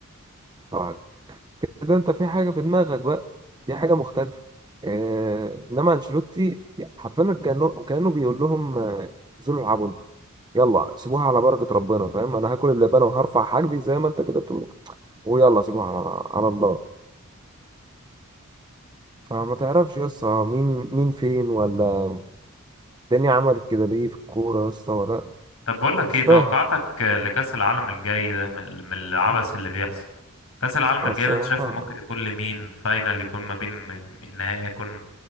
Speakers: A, on the right; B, on the left.
A: بعض كده انت في حاجه في دماغك بقى في حاجه مختلفه آه انما انشيلوتي يعني حرفيا كانه كانه بيقول لهم آه، انزلوا العبوا انتوا يلا سيبوها على بركه ربنا فاهم انا هاكل اللبانه وهرفع حاجبي زي ما انت كده بتقول ويلا سيبوها على على الله فما تعرفش يا اسطى مين مين فين ولا الدنيا عملت كده ليه في الكوره يا اسطى ولا
B: طب بقول لك
A: مش
B: ايه
A: فاهم
B: توقعاتك لكأس العالم الجاي ده من ال- من العبث اللي بيحصل كأس العالم
A: الصراحة
B: الجاي ده انت شايفه ممكن يكون لمين فاينل يكون ما بين م- النهائي يكون